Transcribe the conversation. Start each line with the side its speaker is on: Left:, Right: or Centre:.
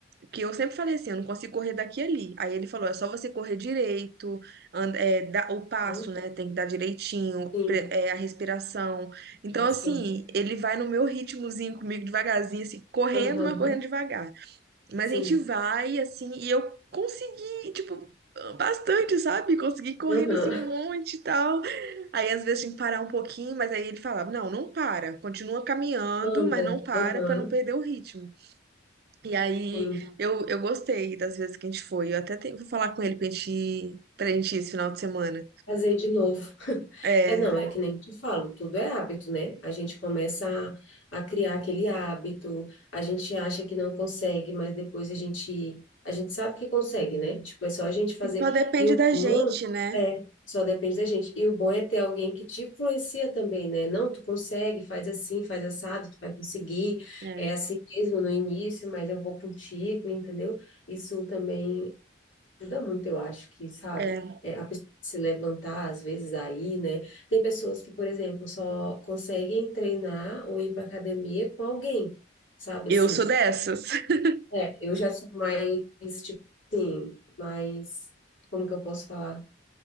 Right: que eu sempre falei assim, eu não consigo correr daqui e ali. Aí ele falou, é só você correr direito, and- é, dá- o passo,
Left: Aham.
Right: né? Tem que dar direitinho,
Left: Sim,
Right: pre- é, a respiração. Então,
Left: direção.
Right: assim, ele vai no meu ritmozinho comigo, devagarzinho, assim, correndo,
Left: Aham.
Right: mas correndo devagar. Mas
Left: Sim.
Right: a gente vai, assim, e eu consegui, tipo, bastante, sabe? Consegui correndo,
Left: Aham.
Right: assim, um monte e tal. Aí, às vezes, tinha que parar um pouquinho, mas aí ele falava, não, não para, continua caminhando,
Left: Anda.
Right: mas não para
Left: Aham.
Right: pra não perder o ritmo. E aí
Left: Sim.
Right: eu, eu gostei das vezes que a gente foi. Eu até tenho, vou falar com ele pra gente, pra gente ir esse final de semana.
Left: Fazer de novo. <laughs>
Right: É,
Left: É, não, é que nem tu falo, tudo é hábito, né? A gente começa a, a criar aquele hábito, a gente acha que não consegue, mas depois a gente, a gente sabe que consegue, né? Tipo, é só a gente fazer.
Right: e só depende
Left: E o
Right: da
Left: bom
Right: gente, né?
Left: é, só depende da gente. E o bom é ter alguém que te influencia também, né? Não, tu consegue, faz assim, faz assado, tu vai conseguir.
Right: É,
Left: É assim mesmo no início, mas eu vou contigo, entendeu? Isso também ajuda muito, eu acho que, sabe,
Right: é.
Left: é, a pessoa se levantar, às vezes, aí, né? Tem pessoas que, por exemplo, só conseguem treinar ou ir para academia com alguém, sabe,
Right: Eu
Left: assim.
Right: sou dessas. <laughs>
Left: É, eu já sou mais, tipo assim, mais, como que eu posso falar?